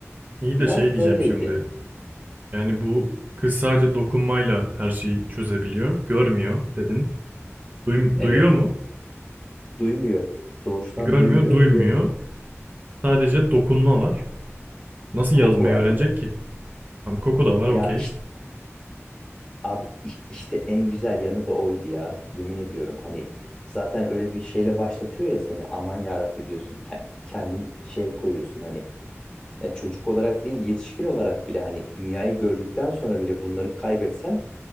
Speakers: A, on the right; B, on the left.
A: İyi de
B: Biraz
A: şey diyeceğim
B: böyleydi.
A: şimdi. Yani bu kız sadece dokunmayla her şeyi çözebiliyor. Görmüyor dedin. Duym-
B: Evet.
A: duyuyor mu?
B: Duymuyor. Doğuştan
A: Görmüyor,
B: duymuyor
A: duymuyor.
B: ve görmüyor.
A: Sadece dokunma var. Nasıl
B: Koku
A: yazmayı
B: var
A: öğrenecek
B: bir de.
A: ki? Tam koku da var okey.
B: Ya işte abi iş- işte en güzel yanı da oydu ya. Yemin ediyorum. Hani zaten öyle bir şeyle başlatıyor ya seni. Aman yarabbi diyorsun. Ken- Kendini şey koyuyorsun hani Ya çocuk olarak değil, yetişkin olarak bile hani dünyayı gördükten sonra bile bunları kaybetsen